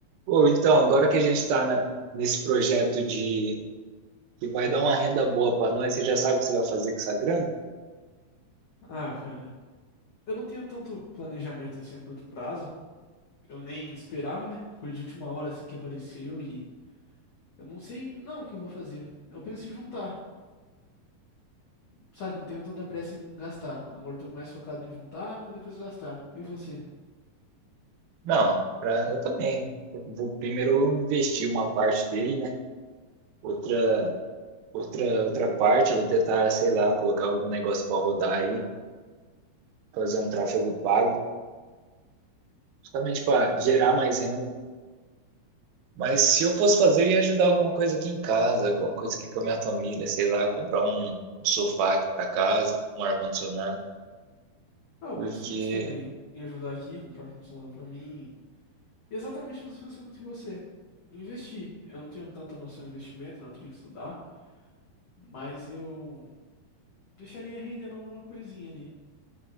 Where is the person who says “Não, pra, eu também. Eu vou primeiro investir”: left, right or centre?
Right